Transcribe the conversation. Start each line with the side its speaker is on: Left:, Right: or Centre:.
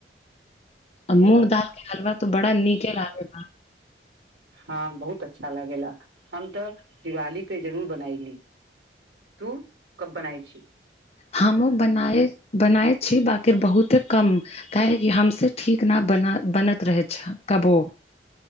Right: सही
Left: आ मूँंग
Right: बात
Left: दाल के हलवा तो बड़ा नीके लागेला
Right: हँ बहुत अच्छा लगेला हम तऽ दिवाली पे जरूर बनायली तू कब बनाय छी
Left: हमो बनाए बनाय छी बकि बहुते कम काहे की हमसे ठीक नहि बना बनैत रहै छै कबो